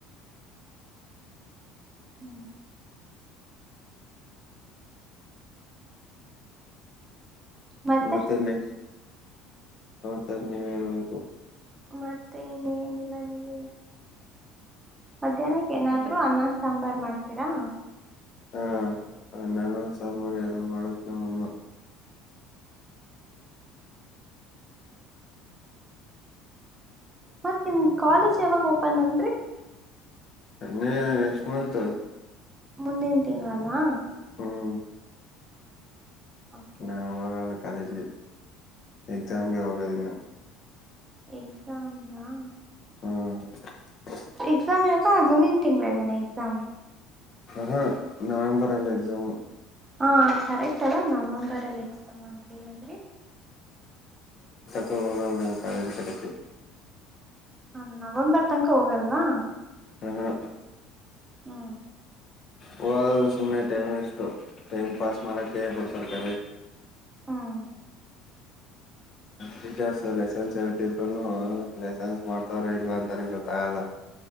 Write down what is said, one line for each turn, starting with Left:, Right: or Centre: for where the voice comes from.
Right: ಹ್ಮ್ ಮತ್ತೆ
Left: ಮತ್ತೆನ್ನ ಸರ್ ನೀವ ಹೇಳ್ಬೇಕು
Right: ಮತ್ತೆ ಏನಿಲ್ಲ ನೀವ ಮಧ್ಯಾಹ್ನಕ್ಕೆ ಏನಾದ್ರು ಅನ್ನ ಸಾಂಬಾರ್ ಮಾಡ್ತೀರಾ
Left: ಹಾ ನಾನು ಸಾಂಬಾರ ಮಾಡತ್ ನಮ್ಮ ಅಮ್ಮ
Right: ಮತ್ ನಿಮ್ ಕಾಲೇಜ್ ಯಾವಾಗ ಓಪನ್ ಅಂದ್ರರಿ
Left: ಅನ್ನೆ ನೆಕ್ಸ್ಟ್ ಮಂತ್
Right: ಮುಂದಿನ ತಿಂಲ್ಲಾ
Left: ಹ್ಮ್
Right: ಓಕೆ
Left: ನಾವವಾಗ ಕಾಲೇಜ್ಗೆ ಎಕ್ಸಾಮಗೆವಗದಿನ
Right: ಎಕ್ಸಾಮಂಗಾ
Left: ಹ್ಮ
Right: ಎಕ್ಸಾಮ ಯಾಕಾ ಮುಂದಿನ ತಿಂಲ್ಲನ ಎಕ್ಸಾಮ್
Left: ಹ ನವೆಂಬರ್ ಅಲ್ಲಿ ಎಕ್ಸಾಮ್
Right: ಹಾ ಸರಿತ ಅಲ್ಲ ನವೆಂಬರ್ ಅಲ್ಲಿ ಎಕ್ಸಾಮ್ ಅಂತ ಏನಂದ್ರಿ
Left: ತೋಗ ನ ಕ ಅದು ಕಡುತ್ತ
Right: ಹ ನವೆಂಬರ್ ತನಕ ಹೋಗಲ್ವಾ
Left: ಹಹು
Right: ಹ್ಮ್
Left: ಹೋದ್ರೆ ಸುಮ್ನೆ ಟೈಮ್ ವೇಸ್ಟು ಟೈಮ್ ಪಾಸ ಮಾಡಕ್ಕೆ ಬರ್ತ ಕ
Right: ಹ್ಮ್
Left: ಟೀಚರ್ಸ್ ಲೈಸೆನ್ಸ್ ಹೇಳ್ತಿದ್ರು ಲೈಸೆನ್ಸ್ ಮಾಡ್ತಾರ ಇಲ್ವಾ ಅಂತನ ಗೊತ್ತಾಗಲ್ಲ